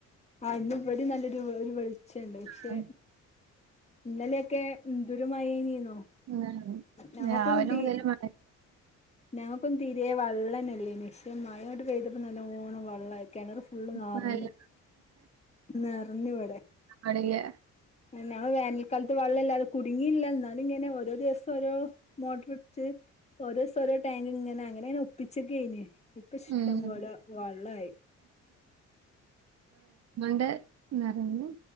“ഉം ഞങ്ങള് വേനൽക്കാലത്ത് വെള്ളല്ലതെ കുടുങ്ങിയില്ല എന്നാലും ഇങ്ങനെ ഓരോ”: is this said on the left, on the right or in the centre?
Left